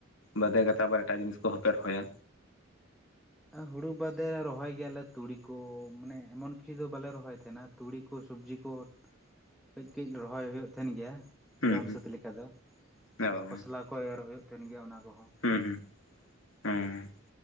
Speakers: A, on the left; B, in the centre.
A: ᱵᱟᱫᱮ ᱠᱟᱛᱮ ᱟᱵᱟᱨ ᱮᱴᱟᱜ ᱡᱤᱱᱤᱥ ᱠᱚ ᱦᱚᱯᱮ ᱨᱚᱦᱚᱭᱟ
B: ᱦᱩᱲᱩ ᱵᱟᱫᱮ ᱨᱚᱦᱚᱭ ᱜᱮᱭᱟᱞᱮ ᱛᱩᱲᱤ ᱠᱚ ᱢᱟᱱᱮ ᱮᱢᱚᱱ ᱠᱤᱪᱷᱩ ᱫᱚ ᱵᱟᱞᱮ ᱨᱚᱦᱚᱭ ᱛᱟᱦᱮᱱᱟ ᱛᱩᱲᱤ ᱠᱚ ᱥᱚᱵᱡᱤ ᱠᱚ ᱠᱟᱺᱡ ᱠᱟᱺᱡ ᱨᱚᱦᱚᱭ ᱦᱩᱭᱩᱜ ᱛᱟᱦᱮᱱ ᱜᱮᱭᱟ
A: ᱦᱩᱸ
B: ᱡᱚᱢ
A: ᱦᱩᱸ
B: ᱥᱟᱹᱛ ᱞᱮᱠᱟ ᱫᱚ
A: ᱚ
B: ᱠᱷᱚᱥᱞᱟ ᱠᱚ ᱮᱨ ᱦᱩᱭᱩᱜ ᱛᱟᱦᱮᱱ ᱜᱮᱭᱟ ᱚᱱᱟ ᱠᱚᱦᱚᱸ
A: ᱦᱩᱸ ᱦᱩᱸ ᱦᱮᱸ